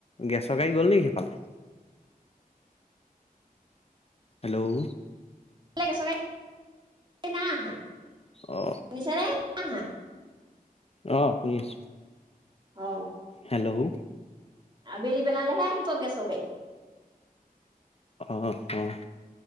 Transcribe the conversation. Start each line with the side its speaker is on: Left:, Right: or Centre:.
Left: গেছৰ গাৰি গ'ল নেকি সিফালে? হেল্ল'।
Right: বোলে গেছৰ গাড়ী নাই অহা
Left: অ
Right: নিচাৰে নাই অহা
Left: অহ শুনি আছো
Right: অ
Left: হেল্ল'
Right: আবেলি বেলালেহে আহিব গেছৰ গাড়ী
Left: অহ অহ